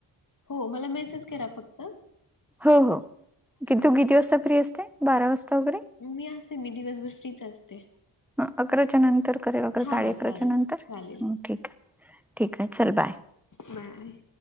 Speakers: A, on the left (about 40°); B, in the centre.
A: हो मला मेसेज करा फक्त.
B: हो हो की
A: हां
B: तू किती वाजता फ्री असते बारा वाजता वैर.
A: मी असते मी दिवसभर फ्रीच असते.
B: ह अकराच्या नंतर करेल अकरा साडे
A: हां हां
B: अकराच्या
A: चालेल
B: नंतर
A: चालेल
B: ठीक आहे. ठीक आहे चल बाय.
A: मिळतंय